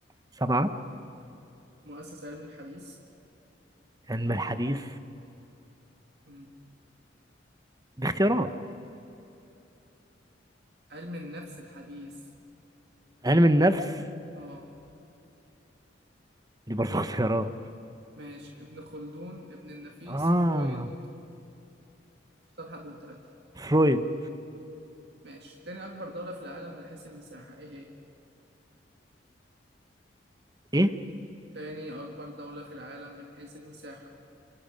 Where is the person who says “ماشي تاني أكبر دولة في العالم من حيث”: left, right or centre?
Right